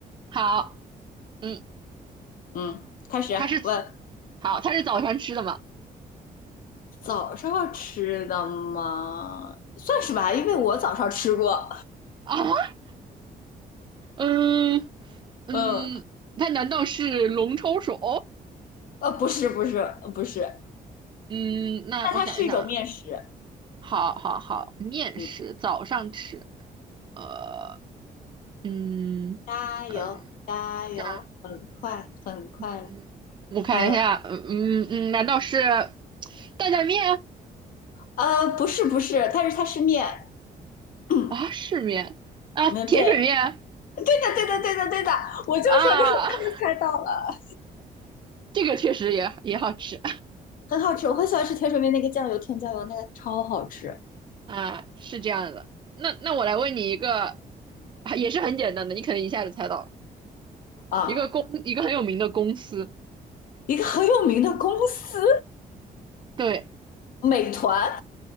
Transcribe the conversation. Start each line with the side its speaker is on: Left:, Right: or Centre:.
Right: 好，嗯，
Left: 嗯，开始问
Right: 它是好，它是早上吃的吗？
Left: 早上吃的吗？算是吧，因为我早上吃过。
Right: 啊，嗯嗯，
Left: 嗯，
Right: 它难道是龙抄手？
Left: 呃，不是不是不是，
Right: 嗯，那我想一想啊，
Left: 那它是一种面食。
Right: 好好好，面食早上吃。
Left: 嗯。
Right: 呃，嗯
Left: 加油，
Right: 嗯，
Left: 加油，
Right: 看
Left: 很快，很快。
Right: 嗯，我看一下，
Left: 呃
Right: 嗯嗯，难道是担担面
Left: 呃，不是不是，它是它是面。<clears throat> 嗯，
Right: 啊？是面啊，
Left: 对，
Right: 甜水面
Left: 对的，对的，对的，对的，我就说你很快就猜到了，
Right: 啊，<laughs> 这个确实也也好吃
Left: 很好吃。我很喜欢吃甜水面那个酱油，甜酱油那个超好吃
Right: 啊，是这样的。那那我来问你一个，啊也是很简单的，你可能一下就猜到了，
Left: 啊！
Right: 一个公，一个很有名的公司，
Left: 一个很有名的公司，
Right: 对，
Left: 美团，